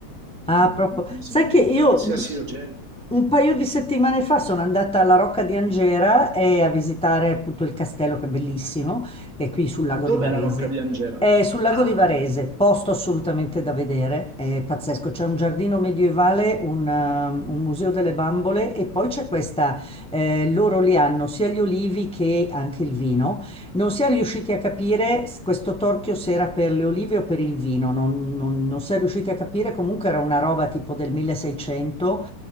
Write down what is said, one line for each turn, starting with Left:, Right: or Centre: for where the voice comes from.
Centre: Ah,
Right: come,
Centre: proprio.
Right: come se
Centre: Sai
Right: vende
Centre: che
Right: un
Centre: io
Right: qualsiasi
Centre: mh,
Right: oggetto.
Centre: un paio di settimane fa sono andata alla Rocca di Angera e a visitare appunto il castello, che è bellissimo, che è qui sul lago
Right: Dov'è
Centre: di Varese.
Right: la Rocca di Angera?
Centre: È sul lago
Right: Ah,
Centre: di Varese,
Right: ok.
Centre: posto assolutamente da vedere, è pazzesco. C'è un giardino medievale, un, um, un museo delle bambole e poi c'è questa, eh, loro li hanno sia gli olivi che anche il vino. Non si è riusciti a capire s- questo torchio se era per le olive o per il vino, non, non- non si è riusciti a capire, comunque era una roba tipo del 1600,